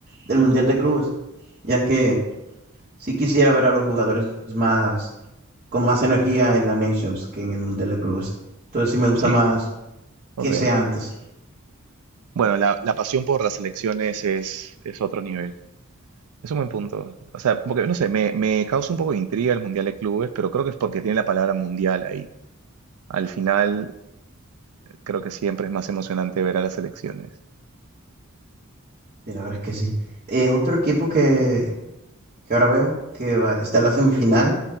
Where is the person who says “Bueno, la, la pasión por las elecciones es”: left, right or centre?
Right